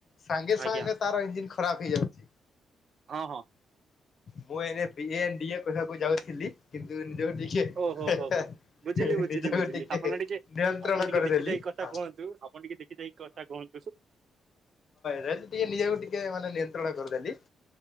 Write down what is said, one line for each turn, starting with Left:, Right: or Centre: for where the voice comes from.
Left: ସାଙ୍ଗେ
Right: ଆଜ୍ଞା
Left: ସାଙ୍ଗେ ତାର ଇଞ୍ଜିିନ୍ ଖରାପ ହେଇଯାଉଛି।
Right: ହଁ ହଁ।
Left: ମୁଁ ଏ ବିଏ ଆଣ୍ଡ୍ ଡିଏ ପଢିବାକୁ ଯାଉଥିଲି କିନ୍ତୁ ଟିକେ
Right: ଓହୋ
Left: ହେ
Right: ହୋ ହୋ ବୁଝିଲି
Left: ହେ
Right: ବୁଝିଲି
Left: ନିଜକୁ
Right: ବୁଝିଲି। ଆପଣ ଟିକେ
Left: ନିୟନ୍ତ୍ରଣ
Right: ଆପଣ ଟିକେ
Left: କରିଦେଲି
Right: ଦେଖି ଚାହିଁକି କଥା
Left: ହଁ
Right: କୁହନ୍ତୁ ଆପଣ ଟିକେ ଦେ ଦେଖି ଚାହିଁ କଥାା କୁହନ୍ତୁ।
Left: ରୟଲି ଟିକେ ନିଜକୁ ଟିକେ ମାନେ ନିୟନ୍ତ୍ରଣ କରିଦେଲି।